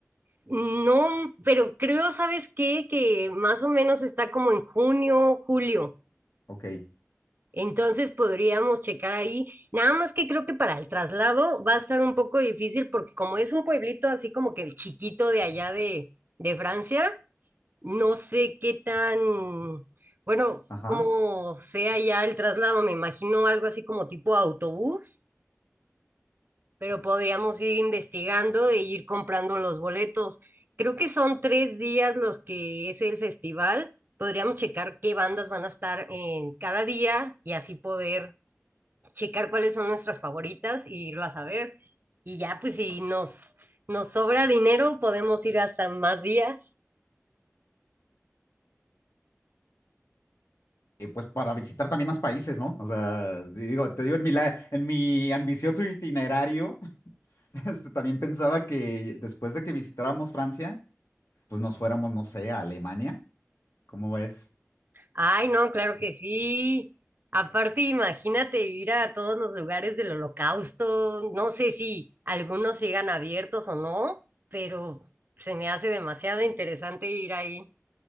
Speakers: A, on the right; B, on the left.
A: No, pero creo, ¿sabes qué? Que más o menos está como en junio, julio.
B: Ok,
A: Entonces podríamos checar ahí, nada más que creo que para el traslado va a estar un poco difícil porque como es un pueblito así como que chiquito de allá de, de Francia, no sé qué tan, bueno,
B: ajá.
A: cómo sea ya el traslado, me imagino algo así como tipo autobús, pero podríamos ir investigando e ir comprando los boletos. Creo que son tres días los que es el festival. Podríamos checar qué bandas van a estar en cada día y así poder checar cuáles son nuestras favoritas e irlas a ver. Y ya, pues si nos, nos sobra dinero, podemos ir hasta más días.
B: eh, pues para visitar también más países, ¿no? O sea, digo, te digo, en mi, la- en mi ambicioso itinerario, <laughs> este, también pensaba que después de que visitáramos Francia, pues nos fuéramos, no sé, a Alemania, ¿cómo ves?
A: Ay, no, claro que sí. Aparte, imagínate ir a todos los lugares del holocausto. No sé si algunos sigan abiertos o no, pero se me hace demasiado interesante ir ahí.